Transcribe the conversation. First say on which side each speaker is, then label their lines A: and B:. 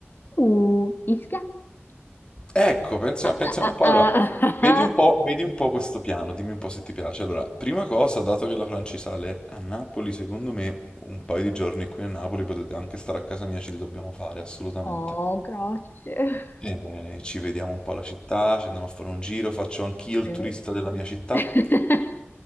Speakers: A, on the left; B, on the left.
A: Uh, Ischia? <laughs>
B: Ecco, pensiamo,
A: Ah,
B: pensiamo un po'.
A: ah,
B: Allora,
A: ah, ah,
B: vedi
A: ah.
B: un po', vedi un po' questo piano, dimmi un po' se ti piace. Allora, prima cosa, dato che la Franci sale a Napoli, secondo me un paio di giorni qui a Napoli potete anche stare a casa mia, ce li dobbiamo fare assolutamente.
A: Oh, grazie.
B: E ci vediamo un po' la città, ci andiamo a fare un giro, faccio anch'io il
A: Ok.
B: turista della mia città.
A: <laughs>